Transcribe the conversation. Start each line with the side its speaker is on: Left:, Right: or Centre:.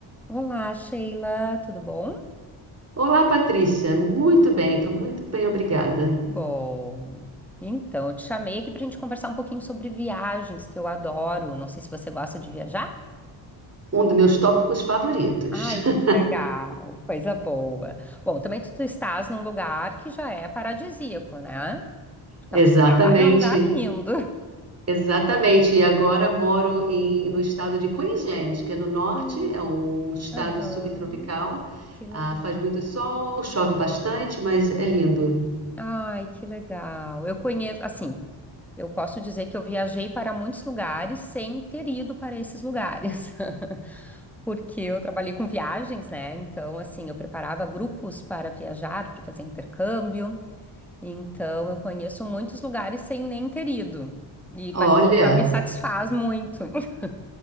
Centre: Olá, Sheila, tudo bom?
Right: Olá, Patrícia. Muito bem, estou muito bem, obrigada.
Centre: Que bom. Então, eu te chamei aqui para a gente conversar um pouquinho sobre viagens, que eu adoro. Não sei se você gosta de viajar.
Right: Um dos meus tópicos favoritos.
Centre: Ai,
Right: <laughs>
Centre: que legal, coisa boa. Bom, também tu, tu estás num lugar que já é paradisíaco, né? Porque
Right: Exatamente,
Centre: a Austrália é um lugar lindo.
Right: exatamente. E agora moro em- no estado de Queensland, que é no norte,
Centre: Sim,
Right: é um estado
Centre: aham,
Right: subtropical.
Centre: que legal.
Right: Ah, faz muito sol, chove bastante, mas é lindo.
Centre: Ai, que legal. Eu conheço, assim, eu posso dizer que eu viajei para muitos lugares sem ter ido para esses lugares. <laughs> Porque eu trabalhei com viagens, né? Então, assim, eu preparava grupos para viajar, para fazer intercâmbio. Então, eu conheço muitos lugares sem nem ter ido. E,
Right: Olha.
Centre: mas isso já me satisfaz muito. <laughs>